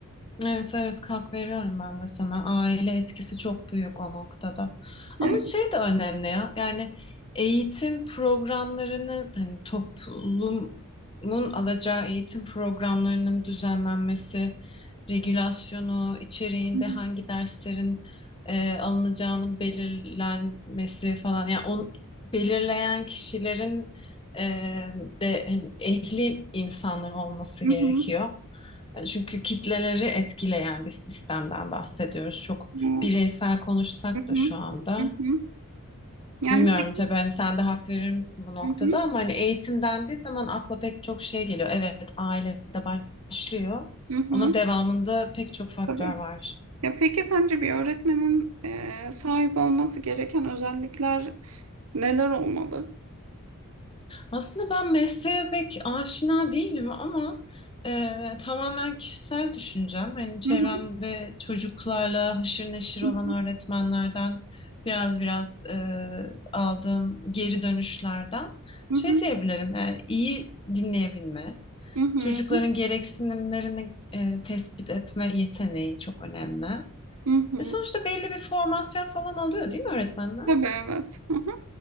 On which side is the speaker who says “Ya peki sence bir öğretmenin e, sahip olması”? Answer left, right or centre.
Right